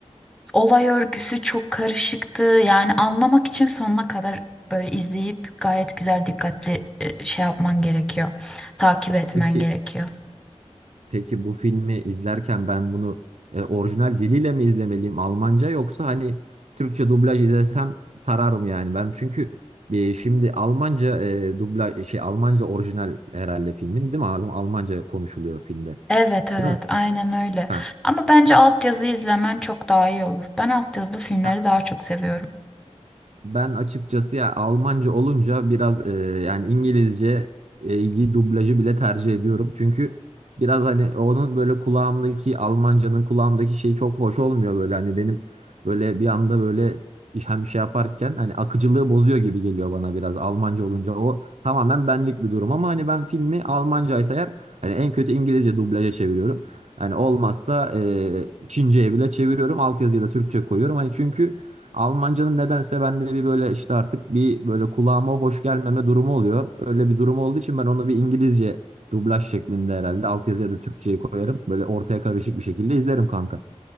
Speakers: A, in the centre; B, on the right.
A: Olay örgüsü çok karışıktı. Yani anlamak için sonuna kadar böyle izleyip gayet güzel dikkatli e, şey yapman gerekiyor. Takip etmen
B: Peki
A: gerekiyor.
B: Peki bu filmi izlerken ben bunu e, orijinal diliyle mi izlemeliyim? Almanca yoksa hani Türkçe dublaj izlesem sarar mı yani? Ben çünkü bir şimdi Almanca e, dublaj şey Almanca orijinal herhalde filmin değil mi? Al- Almanca konuşuluyor filmde.
A: Evet evet
B: Değil mi?
A: aynen öyle.
B: Ha.
A: Ama bence altyazı izlemen çok daha iyi olur. Ben altyazılı filmleri
B: Ha,
A: daha çok seviyorum.
B: Ben açıkçası ya Almanca olunca biraz e, yani İngilizce e, iyi dublajı bile tercih ediyorum. Çünkü biraz hani onun böyle kulağımdaki Almancanın kulağımdaki şeyi çok hoş olmuyor böyle hani benim böyle bir anda böyle iş- hem şey yaparken hani akıcılığı bozuyor gibi geliyor bana biraz Almanca olunca o tamamen benlik bir durum ama hani ben filmi Almancaysa eğer hani en kötü İngilizce dublaja çeviriyorum. Hani olmazsa e, Çince'ye bile çeviriyorum altyazıya da Türkçe koyuyorum hani çünkü Almancanın nedense bende bir böyle işte artık bir böyle kulağıma hoş gelmeme durumu oluyor. Öyle bir durum olduğu için ben ona bir İngilizce dublaj şeklinde herhalde altyazıya da Türkçeyi koyarım. Böyle ortaya karışık bir şekilde izlerim kanka.